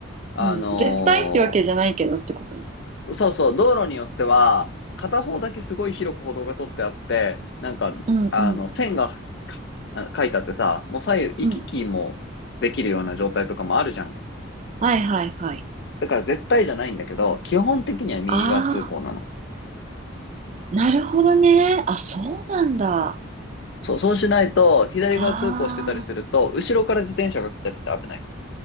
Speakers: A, on the left; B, on the right.
A: あのー
B: うん。絶対ってわけじゃないけどってことね。
A: そうそう、道路によっては、片方だけすごい広く歩道が取ってあって、なんか、
B: うんうん
A: あの、線があ書いてあってさ、もう左右行き来もできるような状態とかもあるじゃん。
B: うん。はいはいはい。
A: だから絶対じゃないんだけど、基本的には右側通行なの。
B: ああ、なるほどね。あ、そうなんだ。
A: そう、そうしないと、左側通行してたりすると、
B: ああ。
A: 後ろから自転車が来たりして危ないか